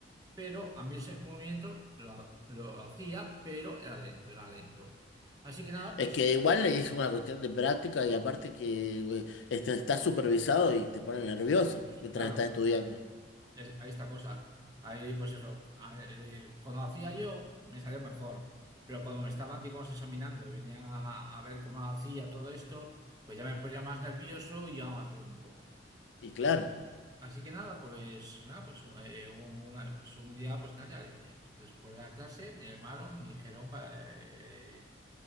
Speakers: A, on the right; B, on the left.
A: pero a mí ese movimiento lo, lo lo hacía, pero era lento, era lento. Así que nada,
B: Es
A: pues
B: que igual es una cuestión de práctica y aparte que güey, este, estás supervisado y te pone nervioso
A: Pues,
B: mientras
A: Claro,
B: estás estudiando.
A: es- hay esta cosa. Ahí, pues eso, a- eh, cuando hacía yo, me salía mejor. Pero cuando me estaban, digamos, examinando y venían a, a ver cómo hacía todo esto, pues ya me ponía más nervioso y ya más lento.
B: Y claro,
A: Así que, así que nada, pues nada, pues, eh, una- pues un día, pues nada, ya, eh, después de la clase me llamaron y me dijeron para, eh,